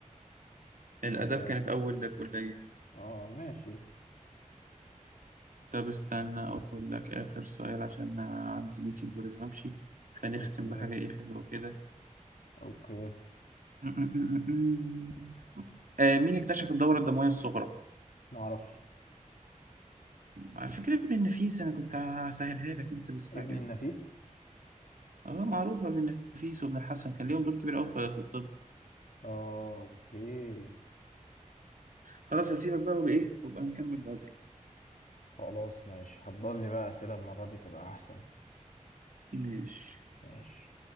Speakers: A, on the right (about 90°); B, on the left (about 75°).
A: الاداب
B: الآداب
A: كانت اول كلية
B: اه ماشي
A: طب استنى اقول لك اخر سؤال عشان أنا عندي ميتنج ولازم امشي فنختم
B: أوكي
A: بحاجة ايه حلوة كده
B: أوكي
A: <laughs> آه، مين اكتشف الدورة الدموية الصغرى؟
B: معرفش
A: على فكرة ابن النفيس أنا كنت هسهلها لك أنت اللي استعجلت
B: ابن النفيس
A: اه معروفة ابن النفيس وابن الحسن كان ليهم دور كبير أوي في في الطب
B: اه أوكي
A: خلاص هسيبك بقى وبإيه وبقى نكمل بعدين
B: خلاص ماشي هتضل لي بقى أسئلة المرة دي تبقى أحسن
A: ماشي
B: ماشي